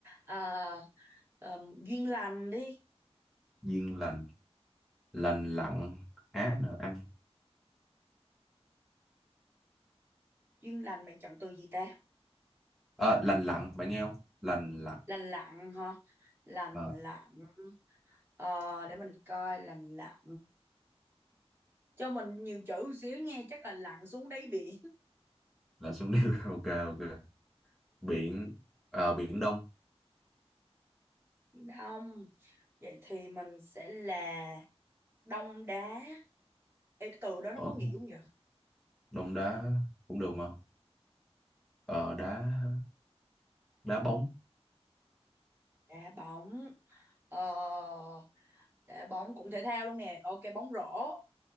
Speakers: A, on the right; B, in the centre.
A: À, ờm, duyên lành đi.
B: duyên lành lành lặn á nở ăn
A: Duyên lành bạn chọn từ gì ta?
B: Ờ, lành lặn bạn nghe không lành lặn
A: Lành lặn hả? Lành
B: Ờ,
A: lặn. Ờ, để mình coi lành lặn. Cho mình nhiều chữ xíu nha, chắc là lặn xuống đáy biển.
B: là xuống nước <laughs> ok ok biển ờ, biển đông
A: <laughs> Đông. Vậy thì mình sẽ là đông đá. Ê, từ đó nó
B: Ủa,
A: có nghĩa không vậy?
B: đông đá cũng được mà Ờ, đá đá bóng
A: Đá bóng. Ờ, Dạ, bóng cũng thể thao luôn nè ok bóng rổ